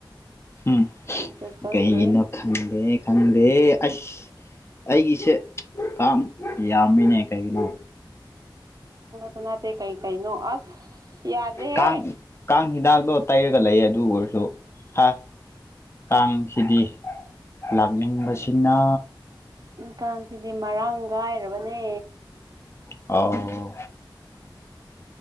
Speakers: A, on the left; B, on the right.
A: ꯎꯝ
B: ꯑꯩꯁꯨ ꯈꯪꯗꯦ
A: ꯀꯩꯒꯤꯅꯣ ꯈꯪꯗꯦ ꯈꯪꯗꯦ ꯑꯁ ꯑꯩꯒꯤꯁꯦ ꯀꯥꯡ ꯌꯥꯝꯃꯤꯅꯦ ꯀꯩꯒꯤꯅꯣ
B: ꯁꯅꯇꯦ ꯀꯩ ꯀꯩ ꯅꯣ ꯑꯁ ꯌꯥꯗ꯭ꯔꯦꯍꯦ
A: ꯀꯥꯡ ꯀꯥꯡ ꯍꯤꯗꯥꯛꯇꯣ ꯇꯩꯔꯒ ꯂꯩ ꯑꯗꯨ ꯑꯣꯏꯔꯁꯨ ꯍꯥ ꯀꯥꯡꯁꯤꯗꯤ ꯂꯥꯛꯅꯤꯡꯕꯁꯤꯅ
B: ꯀꯥꯡꯁꯤꯗꯤ ꯃꯔꯥꯡ ꯀꯥꯏꯔꯕꯅꯦ
A: ꯑꯥꯎ